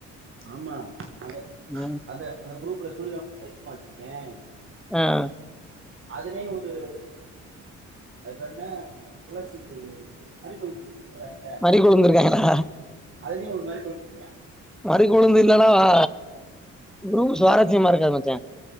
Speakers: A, on the right (about 45°); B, in the centre.
A: ஆமா அத
B: ம்
A: அந்த அந்த குரூப்ல சூரிய வம்சம் எதுக்குமா வச்சுருக்கே
B: அஹ்
A: அதுலயு ஒரு அது பேரு என்ன துளசின்டு இது மரிக்கொழுந்து செண்டு போடுறாங்கள
B: மறி கொழுந்து இருக்காய்ங்களா
A: அதுலயு ஒரு மாரி சொல்லிருக்க
B: மறி கொழுந்து இல்லனா ஆ உ சுவாரஸ்யமா இருக்காது மச்சா